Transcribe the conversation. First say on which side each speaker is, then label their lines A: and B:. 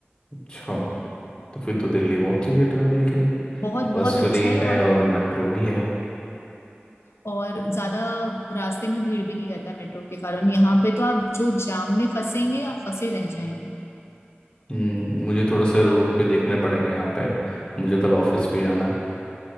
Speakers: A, on the left; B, on the left.
A: अच्छा तो फिर तो दिल्ली बहुत सही है ट्रैवल के लिए
B: बहुत
A: बस
B: बहुत
A: फ्री
B: अच्छा है और
A: है और मेट्रो भी है
B: और ज्यादा रास्ते में भीड़ भी नहीं रहता मेट्रो के कारण यहाँ पे तो आप जो जाम में फंसेंगे आप फंसे रह जाएंगे
A: हम्म मुझे थोड़ा सा रूट भी देखने पड़ेंगे यहाँ पे मुझे कल ऑफिस भी जाना है